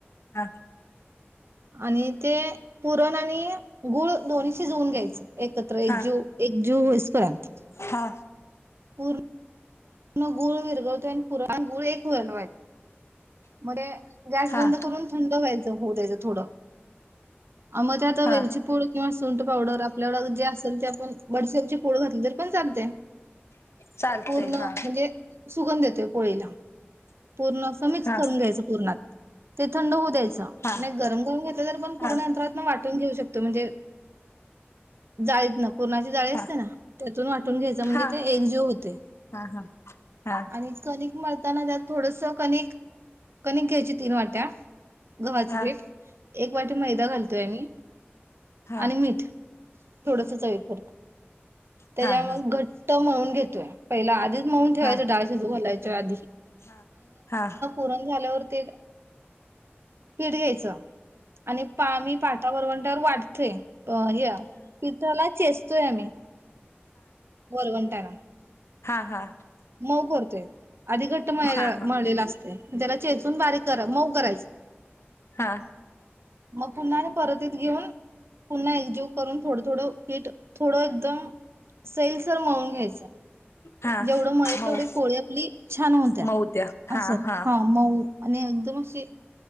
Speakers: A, on the left; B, on the right.
A: हा
B: आणि ते पुरण आणि गुळ दोन्ही शिजवून घ्यायचं. एकत्र एक
A: हा
B: जीव एकजीव होई पर्यंत.
A: हा
B: पुर पण गुळ विर्घळतो आणि पुरण गुळ एक वलवा हाय मरे गॅस
A: हा
B: बंद करून थंड व्हायच होऊ द्यायचं थोडं अ म त्या आता
A: हा
B: वेलची पुड किंवा सुंट पावडर आपल्या जे असेल ते पण बडसेबची पूड घातली तर पण चालतय
A: चालतय
B: पूर्ण
A: हा
B: म्हणजे सुगंध येतोय पोळीला. पूर्ण समीक्ष
A: हा
B: करून घ्यायचं पूर्णात ते थंड होऊ द्यायच. चा
A: हा
B: नाय गरम करून घेतल तरी पण पुर्णं
A: हा
B: अंतारत्न वा घेऊ शकतो म्हणजे जायच न कोनाची जाळी असते
A: हा हा
B: ना, त्यातून वाटून घ्यायच म्हणजे
A: हा
B: ते एकजीव होते.
A: हा हा हा
B: आणि कणिक मळ ता त्यात थोडस कनिक कण घ्यायची तीन वाट्या गव्हाचे
A: हा
B: पीठ
A: हा
B: एक वाटी मैदा घालतोय आम्ही
A: हा हा
B: आणि मीठ थोडस चवी पूरत त्याच्या
A: हा हा
B: मग घट त म्हणून घेतोय पहिला आधीच मऊन ठेवायं
A: हा हा
B: डाळ शिजू घलायचे जधी
A: हा हा
B: पुरण झाल्यावरती पिठ घ्यायच आणि पा म पाठा वरवंटावर वाटतोय, या पिठाला चेचतोय आम्ही वरवंट ट्यान
A: हा हा
B: मउ करतोय. आधी घट्ट मळलेला
A: हा हा
B: असतय त्याला चेचून बारीक मऊ करायचं.
A: हा
B: मग पुन्हा परतीत घेऊन पुन्हा एकजीव करून थोडं थोडं पीठ थोडं एकदम सेैल सर मळून घ्यायचं.
A: हा
B: जेवढं मळेल
A: मऊ
B: तेवढी पोळी आपली छान होत्या
A: मऊ हुत्या हा
B: असं
A: हा
B: मऊ आणि एकदम अशी